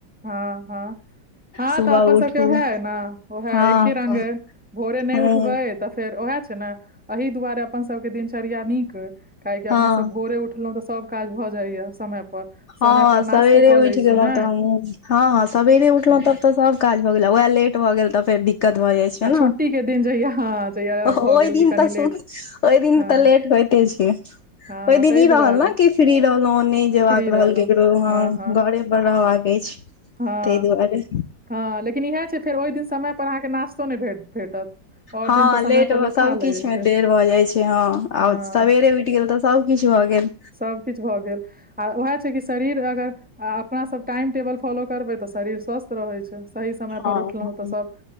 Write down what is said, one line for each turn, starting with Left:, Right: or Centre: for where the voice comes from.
Centre: हँ हँ हँ
Left: सुबह
Centre: तऽ अपन सबके
Left: उठू
Centre: ओहा हे न ओ है
Left: हँ
Centre: एकी रङंग भोरे नय
Left: हँ
Centre: उठबै तऽ फेर उएह छै ने एही दुआरे अपन सभके दिनचर्या नीक काहेक
Left: हँ
Centre: अपना सब भोरे उठलों तऽ सब काज भ जाय या समय पर समय
Left: हँ
Centre: पर नाास्तो
Left: सबेरे
Centre: कऽ लय छी
Left: <inaudible> हँ
Centre: ने
Left: हँ सब सेरे उठलहुँ तब तऽ सब काज भऽ गेल वएह लेट भऽ गेल तऽ फेर दिक्कत भऽ जाइ छै
Centre: आ
Left: ने
Centre: छुट्टी के दिन जहिया हँ जहिया
Left: ओहि
Centre: भऽ गेल
Left: दिन
Centre: कि कनि
Left: तऽ
Centre: लेट
Left: सु ओइ दिन
Centre: हँ
Left: तऽ लेट होइते छै
Centre: हँ
Left: ओहि दिन
Centre: ताहि
Left: ई
Centre: दुआरे
Left: रहल ने कि फ्री रहलहुं नय जेबाका
Centre: फ्री
Left: रहल
Centre: रहलहुँ
Left: ककरो व
Centre: हँ हँ
Left: घरे पर रहबाक अछि
Centre: हँ
Left: तै दुआरे
Centre: हँ लेकिन इएह छै फेर ओहि दिन समय पर अहाँके नास्तो नै भेट भेटत आओर
Left: हँ
Centre: दिन तऽ समयपर
Left: लेट
Centre: लोक
Left: सब
Centre: खा लै
Left: किछु
Centre: छै
Left: मे देर भऽ जाइ छै हँ
Centre: हँ
Left: आ सवेरे उइठ गेल तऽ सबकिछ भऽ गेल
Centre: सभकिछु भऽ गेल आ उएह छै कि शरीर अगर आ अपना सभ टाइम टेबल फॉलो करबै तऽ शरीर स्वस्थ रहै छै, सही समयपर
Left: हँ
Centre: उठलौ तऽ सभ